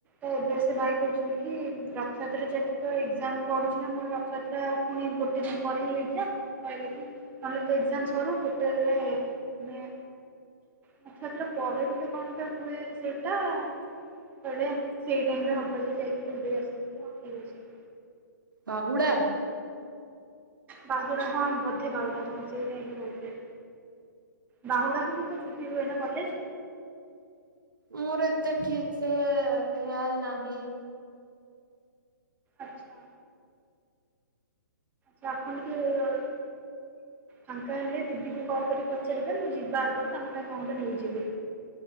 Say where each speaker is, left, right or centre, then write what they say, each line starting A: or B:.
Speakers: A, on the right; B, on the right.
A: ତ ଏବେ ସେ ଭାଇ କହୁଛନ୍ତି କି? ରଥଯାତ୍ରା ଯଦି ତ ଏକ୍ଜାମ ପଡ଼ୁଛି ନା ମୋର ରଥଯାତ୍ରା ପୁଣି ଗୋଟେ ଦିନ ପରେ ହିଁ ଏକ୍ଜାମ। କହିଲେ କି ନହେଲେ ତ ଏକ୍ଜାମ ସରୁ ହୋଟେଲ ରେ ଆମେ ରଥଯାତ୍ରା ପରେ ଗୋଟେ କଣ ଟା ହୁଏ ସେଇଟା। କହିଲେ ସେଇ ଟାଇମ ରେ ହବ ଯଦି ଯାଇକି ବୁଲି ଦେଇକି ଆସିବୁ ମୁଁ କହିଲି ହଉ ଠିକ ଅଛି।
B: ବାହୁଡା।
A: ବାହୁଡା ହଁ ବୋଧେ ବାହୁଡା ହଁ ସେଇଟାଇମ ରେ କହୁଥିଲେ। ବାହୁଡା କୁ ବି ତ ଛୁଟି ହୁଏ ନା କଲେଜ?
B: ମୋର ଏତେ ଠିକ ସେ ଖେୟାଲ ନାହିଁ।
A: ଆଚ୍ଛା। ତ ଆପଣ ଟିକେ ଫାଙ୍କା ହେଲେ ଦିଦିଙ୍କୁ କଲ୍ କରି ପଚାରିବେ ମୁଁ ଯିବା ଆଗରୁ ତାଙ୍କ ପାଇଁ କଣ ଗୋଟେ ନେଇଯିବି।